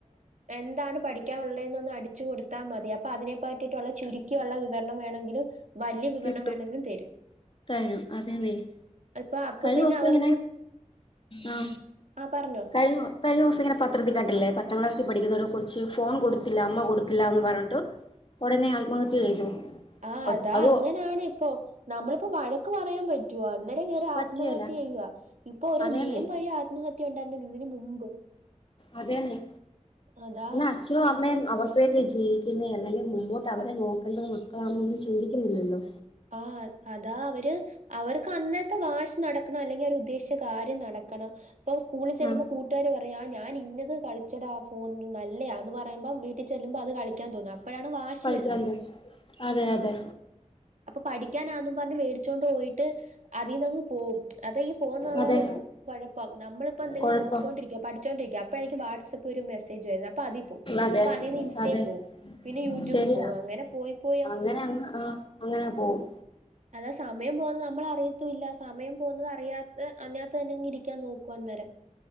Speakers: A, on the right (about 70°); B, on the left (about 45°).
A: എന്താണ് പഠിക്കാനുള്ളത് എന്നൊന്ന് അടിച്ചു കൊടുത്താൽ മതി അപ്പൊ അതിനെ പറ്റിട്ടുള്ള ചുരുിക്കി രിക്കുള്ള വിവരണം വേണമെങ്കിലും വലിയ വിവരണം
B: കിട്ടും
A: വേണമെങ്കിലും തരും.
B: തരും അതന്നെയ
A: ഇപ്പൊ അപ്പൊ
B: കഴിഞ്ഞ
A: പിന്നെ
B: ദിവസം
A: അവർക്ക്
B: എങ്ങനെ ആ
A: ആ പറഞ്ഞോ
B: കഴി കഴിഞ്ഞ ദിവസം എങ്ങനെ പത്രത്തിക്കാട്ടില്ലേ പത്താം ക്ലാസ്സിൽ പഠിക്കുന്ന ഒരു കൊച്ച് ഫോൺ കൊടുത്തില്ല അമ്മ കൊടുത്തില്ലന്ന് പറഞ്ഞിട്ട് ഉടനെ ആത്മഹത്യ ചെയ്തു.
A: ആ അതാ
B: അത്
A: അങ്ങനെയാണ് ഇപ്പോൊ നമ്മളിപ്പോ വഴക്ക് പറയാൻ റ്റൂവ അന്നേം കേറി
B: പറ്റിയല്ല
A: ആത്മഹത്യ ചെയ്യുവ. ഇപ്പൊ ഓരോ
B: അതേന്നെ
A: ഗെയിം വഴി ആത്മഹത്യ ഉണ്ടായിരുന്നോ ഇതിന് മുമ്പ്.
B: അതെന്നെ
A: അതാ
B: എന്ന അച്ഛനുഅമ്മയും
A: അപ്പം
B: അവർക്ക് വേണ്ടി ജീ പിന്നെ! അല്ലെങ്കിൽ? മുമ്പോട്ട് അവരെ നോക്കേണ്ടത് മക്കളാണൊന്നും ചിന്തിക്കുന്നില്ലല്ലോ.
A: ആ അതാ അവര് അവർക്ക് അന്നത്തെ വാശി നടക്കണം അല്ലെങ്കിൽ അവര് ഉദ്ദേശിച്ച കാര്യം നടക്ക കനോ തോ സ്‌കൂളിൽ ചെല്ലുമ്പോ
B: ആ
A: കുട്ടുകാര് വെറ പെയ ഞാൻ ഇന്നത് കളിച്ചെട ആ ഫോണില് നല്ല യതാ എന്ന് പറയുമ്പം വീട്ടിൽ ചെല്ലുമ്പോൾ അത് കളിക്കാൻ തോന്നുന്ന അ അപ്പോഴാണ് വാശി
B: കളിക്കാൻ
A: വരുന്നത്.
B: പോ അതെ അതെ
A: പഠിക്കാനാന്നെന്നും പറഞ്ഞ് മേടിച്ചൊണ്ട് പോയിട്ട് അതിൽന്ന്ങ്ങ് പോകും. അതെ ഈ ഫോണിന് ള്ള
B: അതെ
A: ഒരു ഗു കൊഴപ്പം നമ്മളിപ്പോ എന്തെങ്കിലും
B: കൊഴപ്പം
A: നോക്കിക്കൊണ്ടിരിക്കയ പഠിച്ചോണ്ടിരിക്ക അപ്പോയിരിക്കും വാട്ട്സ് ത് പ്പൊ ഒരു മെസേജ് വരുന്നു. അപ്പോ അതി പോ
B: അതെ
A: അ അതിൽ ഇൻസ്റ്റയി
B: അതെ
A: പോ പിന്നെ യൂട്യൂബിൽ
B: ശരിയാ
A: പോകും അങ്ങനെ പോയി പോ
B: അങ്ങനെ അങ്ങ് ആ അങ്ങനെ പോകും.
A: അതാ സമയം പോകുന്നത് നമ്മൾ അറിയത്തൂല്ല സ് സമയം പോകുന്നത് അറിയാത്ത അനാത്ത തന്നെങ്ങി ഇരിക്കാൻ നോക്കു അന്നേരം.